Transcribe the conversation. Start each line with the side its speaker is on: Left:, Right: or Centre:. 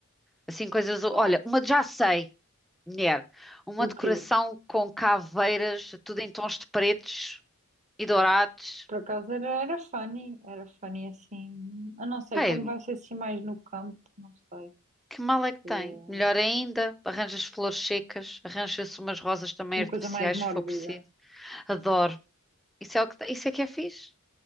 Centre: Assim, coisas. Olha,
Right: faço.
Centre: uma já sei, mulher. Uma
Right: Do
Centre: decoração
Right: quê?
Centre: com caveiras, tudo em tons de pretos e dourados.
Right: Por acaso era, era funny, era funny assim. Eu não sei
Centre: Pá.
Right: como
Centre: é
Right: vai ser assim mais no campo, não sei.
Centre: Que mal é que tem?
Right: Eh,
Centre: Melhor ainda, arranjas flores secas, arranja-se umas rosas também
Right: uma
Centre: artificiais
Right: coisa mais mórbida.
Centre: se for preciso. Adoro. Isso é o que, te- isso é que é fixe.